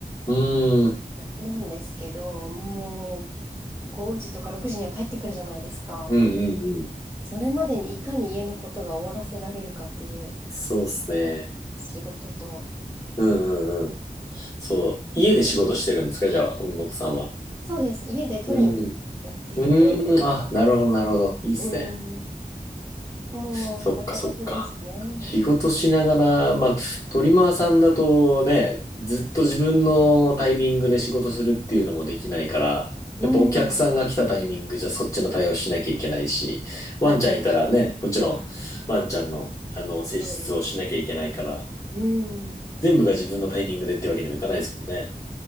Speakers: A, on the left; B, on the right.
A: うーん。
B: なんですけど、もう5時とか6時には帰ってくるじゃないですか。
A: うんうんうん。
B: それまでにいかに家のことが終わらせられるかっていう
A: そうっすね。
B: 仕事と、
A: うんうんうん。
B: うん
A: そう。家で仕事してるんですかじゃあ、海本さんは。
B: そうです。家でトリマーやっていて、
A: うん。うーん。あ、なるほど、なるほど。いいっすね。
B: うん、もうバタバタですね。
A: そっか、そっか。仕事しながら、まあ、トリマーさんだとね、ずっと自分のタイミングで仕事するっていうのもできないから、
B: うん。
A: やっぱお客さんが来たタイミングじゃそっちの対応しなきゃいけないし、ワンちゃんいたらね、
B: はい。
A: もちろんワンちゃんの、あの、施術をしなきゃいけないから、
B: そうです。うん。
A: 全部が自分のタイミングでってわけにもいかないですもんね。